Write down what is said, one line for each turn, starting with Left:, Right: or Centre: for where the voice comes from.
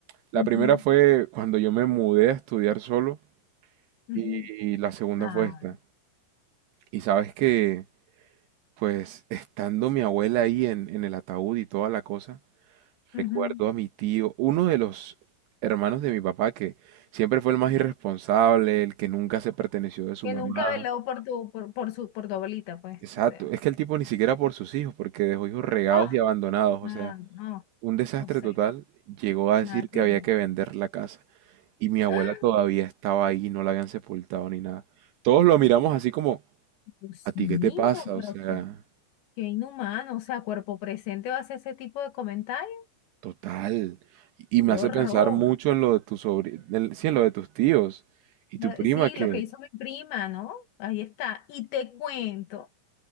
Right: La
Left: ujú,
Right: primera fue cuando yo me mudé a estudiar solo
Left: ujú.
Right: y, y la segunda
Left: Ay,
Right: fue esta. Y sabes que, pues, estando mi abuela ahí en, en el ataúd y toda la cosa,
Left: ujú.
Right: recuerdo a mi tío, uno de los hermanos de mi papá que siempre fue el más irresponsable, el que nunca se perteneció de su
Left: Que
Right: mamá.
Left: nunca veló por tu, por, por su, por tu abuelita, pues.
Right: Exacto,
Left: O sea.
Right: es que el tipo ni siquiera por sus hijos, porque dejó hijos regados
Left: ah,
Right: y abandonados, o
Left: ah,
Right: sea,
Left: no.
Right: un desastre
Left: O sea,
Right: total, llegó a decir
Left: nada
Right: que
Left: que ver.
Right: había que vender la casa y mi abuela
Left: ¡Ah!
Right: todavía estaba ahí, no la habían sepultado ni nada. Todos lo miramos así como,
Left: Dios
Right: ¿a ti
Left: mío,
Right: qué te pasa?
Left: pero
Right: O sea,
Left: qué, qué inhumano. O sea, cuerpo presente va a hacer ese tipo de comentarios.
Right: total. Y y me
Left: Qué
Right: hace
Left: horror.
Right: pensar mucho en lo de tus sobrinos, sí, en lo de tus tíos y
Left: Lo-
Right: tu prima
Left: Sí,
Right: que,
Left: lo que hizo mi prima, ¿no? Ahí está. Y te cuento